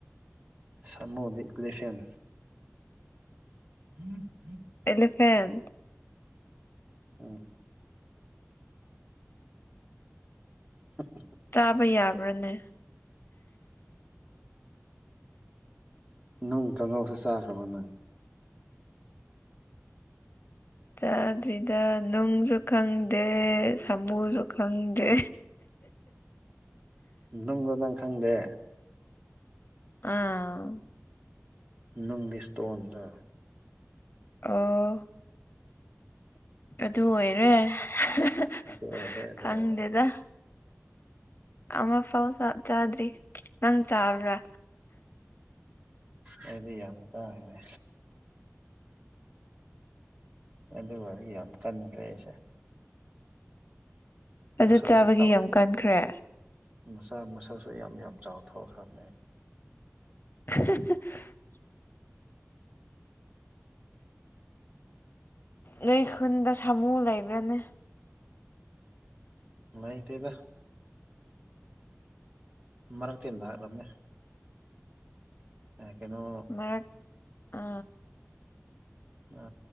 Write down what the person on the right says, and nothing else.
ꯁꯅꯣꯗꯤꯛꯂꯤꯦꯐꯦꯝ ꯎꯝ <unintelligible> <inaudible>
ꯎꯝ ꯑ
ꯅꯨꯡ ꯀꯥꯡꯉꯧꯁꯦ ꯆꯥꯈ꯭ꯔꯕ ꯅꯪ
ꯅꯪꯂ ꯅꯪꯈꯪꯗꯦ
ꯅꯨꯡꯒꯤ ꯏꯁꯇꯣꯟꯗ
ꯑꯗꯨ ꯑꯣꯏꯔꯦ ꯑꯗꯨ
ꯑꯣꯏꯔꯦ
ꯑꯩꯗꯤ ꯌꯥꯝꯅ ꯆꯥꯈ꯭ꯔꯦ ꯑꯗꯨꯒꯗꯤ ꯌꯥꯝ ꯀꯟꯈ꯭ꯔꯦ ꯑꯩꯁꯦ
ꯃꯁꯜꯁꯨ
ꯆꯥꯎ
ꯃꯆꯥ ꯃꯁꯜꯁꯨ ꯌꯥꯝ ꯌꯥꯝ ꯆꯥꯎ ꯊꯣꯛꯈ꯭ꯔꯕꯅꯦ ꯑꯩ
ꯂꯩꯇꯦꯗ ꯃꯔꯛꯇꯤ ꯂꯥꯛꯔꯝꯃꯦ ꯑꯦ ꯀꯩꯅꯣ
ꯑ